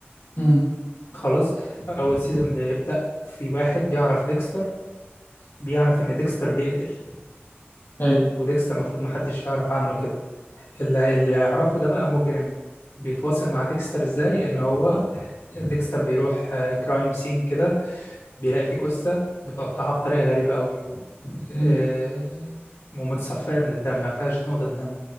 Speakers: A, on the left; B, on the left.
A: امم
B: خلاص اول سيزون بيبدأ في واحد بيعرف ديكستر بيعرف ان ديكستر بيقتل
A: ايوه
B: وديكستر المفروض محدش يعرف عنه كده اللي اللي يعرفه ده بقى مجرم بيتواصل مع ديكستر ازاي ان هو ديكستر بيروح كرايم سين كده بيلاقي فيه جثة متقطعة بطريقة غريبة قوي آه،
A: امم
B: ومتصفية من الدم ما فيهاش نقطة دم